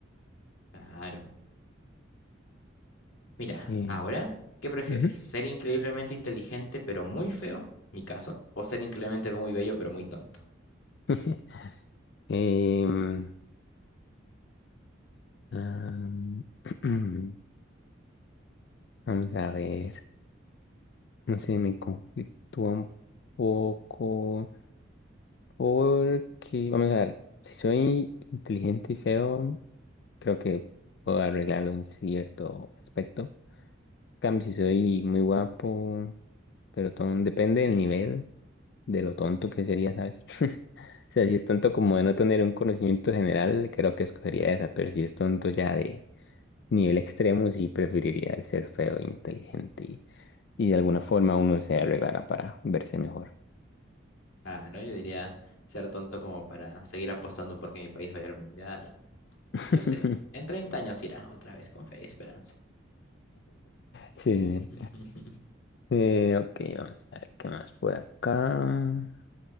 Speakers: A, on the left; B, on the left.
A: Claro. Mira,
B: Eh,
A: ahora, ¿qué prefieres?
B: ujú.
A: ¿Ser increíblemente inteligente pero muy feo, mi caso? ¿O ser increíblemente muy bello pero muy tonto?
B: <laughs> Em, am, <clears throat> vamos a ver, no sé, me conflictúa un poco porque, vamos a ver, si soy inteligente y feo, creo que puedo arreglarlo en cierto aspecto. cambio, si soy muy guapo, pero todo depende del nivel, de lo tonto que sería, ¿sabes? <laughs> O sea, si es tonto como de no tener un conocimiento general, creo que escogería esa, pero si es tonto ya de nivel extremo, sí preferiría el ser feo e inteligente y, y de alguna forma uno se arreglará para verse mejor.
A: Ah, ¿no? Yo diría ser tonto como para seguir apostando porque mi país vaya al mundial.
B: <laughs>
A: Yo sé, en 30 años irá otra vez con fe y esperanza.
B: Sí.
A: <laughs>
B: Eh, ok, vamos a ver qué más por acá.